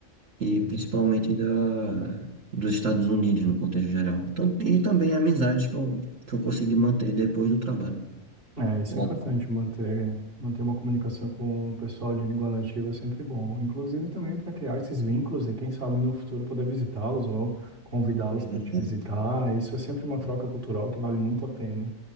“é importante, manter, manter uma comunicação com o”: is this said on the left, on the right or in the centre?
Right